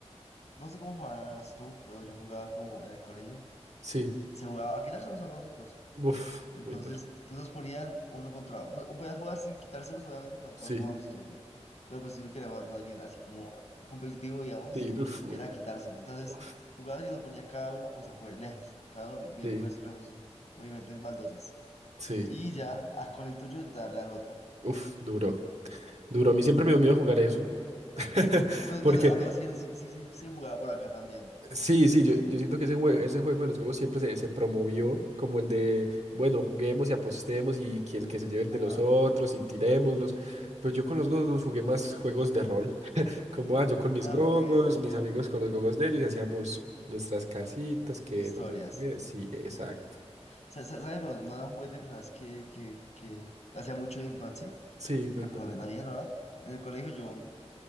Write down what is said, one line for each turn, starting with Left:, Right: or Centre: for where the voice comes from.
Left: no sé cómo jugabas tú, pero yo jugaba como en el colegio.
Right: Sí,
Left: Se jugaba a quitárselos a los otros.
Right: uf,
Left: Entonces,
Right: muy duro.
Left: entonces nos ponían uno contra, pues, o podías jugar sin quitárselos, obviamente, podías
Right: Sí,
Left: jugar como amistoso, pero pues si no quería jugar con alguien así como competitivo, digamos,
Right: sí, uf, muy
Left: era
Right: duro.
Left: quitárselo. Entonces,
Right: Uf,
Left: jugabas y los ponía cada uno pues afuera, lejos, cada uno bi- bien
Right: Sí,
Left: puesto lejos, con diferentes baldosas.
Right: sí,
Left: Y ya, ah, con el tuyo darle al otro.
Right: uf, duro. Duro, a mí siempre me dio miedo jugar eso. <laughs>
Left: Pero,
Right: Porque
Left: pero- ah, pero sí, sí, sí, sí, sí jugaba por acá también.
Right: Sí, sí, yo, yo siento que ese juego, ese juego de los juegos siempre se, se promovió como el de, bueno, juguemos y apostemos y que el que se lleve el
Left: Ajá,
Right: de los otros y tirémoslos. Pero yo con los gogos jugué más juegos de rol, <laughs> como ah, yo con mis
Left: ok,
Right: gogos, mis amigos con los gogos de ellos y hacíamos nuestras casitas, que
Left: historias.
Right: no sé qué. Sí, exacto.
Left: Sa- sa- ¿Sabes? Bueno, no era un juguete, pero sabes que, que, que hacía mucho de infancia,
Right: Sí, cuenta.
Left: y me acordé también ahora. En el colegio yo